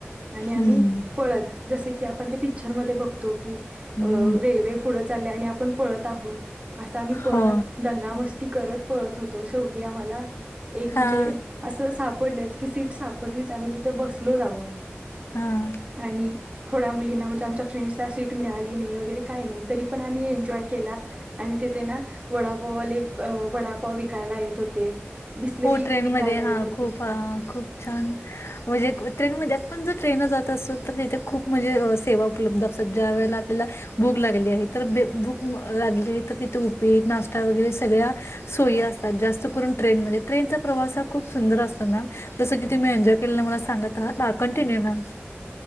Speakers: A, on the right; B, on the left.
A: आणि
B: हम्म
A: आम्ही पळत जसे की आपण ते पिक्चरमध्ये बघतो. की
B: हम्म
A: रेल्वे पुढ चालले आणि आपण पळत आहोत, असा आम्ही पळत
B: हो
A: दंगा मस्ती करत पळत होतो, शेवटी आम्हाला एक म्हणजे
B: हां
A: सापडलच की, सीट सापडलीच आमी तिथं बस लो जाऊन
B: हां
A: आणि थोड्या मुलींना म्हणजे आमच्या फ्रेंड्सला सीट मिळाली नाही वगैरे काही नाही, तरी पण आम्ही एन्जॉय केला, आणि तिथे ना वडापाववाले वडापाव विकायला येत होते. बिसलेरी
B: हो ट्रेनमध्ये
A: विकायला येत
B: हा
A: होते
B: खूप हा. खूप छान. म्हणजे ट्रेनमध्ये पण जर ट्रेनला जात असेल तर तिथे खूप म्हणजे सेवा उपलब्ध असतात. ज्या वेळेला आपल्याला भूक लागली आहे, तर भूक लागली आहे तर तिथे उपीट, नाश्ता वगैरे सगळ्या सोयी असतात. जास्त करून ट्रेनमध्ये. ट्रेनचा प्रवास हा खूप सुंदर असतो मॅम. जसं की तुम्ही एन्जॉय केलेला मला सांगत आहा. Continue ma'am.